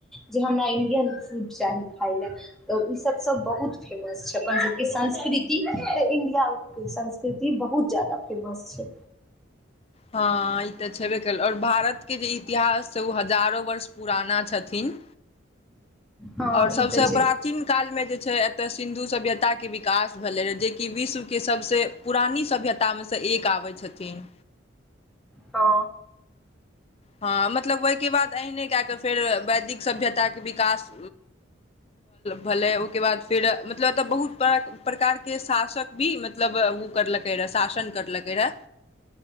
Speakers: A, in the centre; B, on the left.
A: जे हमरा इं्डियन फूड चाही खाय ल तऽ ओ सब सब बहुत फेमस छै अपन सबके संस्कृति तऽ इण्डियाके संस्कृति बहुत जा्यदा। फेमस छै।
B: हँ ई तऽ छेबे कल आओर भारतके जे इतिहास छै ओ हजारो वर्ष पुराना छथिन।
A: हँ
B: आओर सभसँ
A: ई तऽ छै
B: प्राचीन कालमे जे छै एतय सिन्धु सभ्यताके विकास। भेलै रहै जेकि विश्वके सभसँ पुरानी सभ्यतामे सँ एक आबै छथिन।
A: तऽ।
B: हँ मतलब ओहिके बाद अहिने कए कऽ फेर वैदिक सभ्यताके विकास। भलै ओहिके बाद फेर मतलब एतऽ बहुत बड़ा। प्रकारके शासक भी मतलब ओ करलकै रहए शासन करलकै रहए।